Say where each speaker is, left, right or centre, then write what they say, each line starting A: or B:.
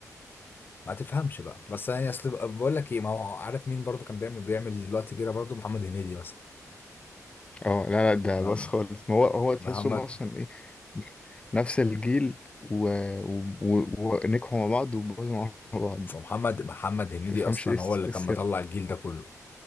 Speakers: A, on the left (about 35°); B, on the left (about 20°).
A: ما تفهمش بقى بس يعني اصل بقول لك ايه ما هو عارف مين برضو كان بيعمل بيعمل دلوقتي كده برضو محمد هنيدي مثلا
B: اه لا لا ده
A: نعم.
B: بس خالص ما هو هو تحسهم
A: محمد
B: اصلا ايه نفس الجيل و... و... و... ونجحوا مع بعض وبوظوا مع بعض
A: محمد محمد هنيدي
B: تفهمش
A: اصلا
B: ايه الس-
A: هو اللي
B: إيه
A: كان
B: السر
A: مطلع الجيل ده كله